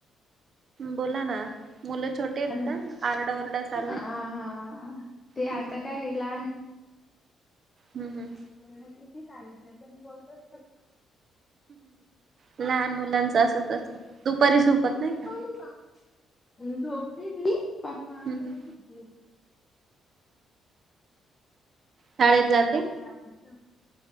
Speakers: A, on the right (about 50°); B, on the left (about 25°).
A: बोला ना. मुलं छोटे आहेत
B: लं
A: का आरडाओरडा चाललाय
B: ह हा ते
A: हम्म
B: आता कायला.
A: हम, हम!
B: त्यां किती सांगितलं त्यां बोलतोच.
A: लहान मुलांचं असच दुपारी झोपत नाही का?
B: टेवुका. झोपते ती. मग अजून
A: हम!
B: नाही झोपली.
A: शाळेत जाते.
B: हजाते.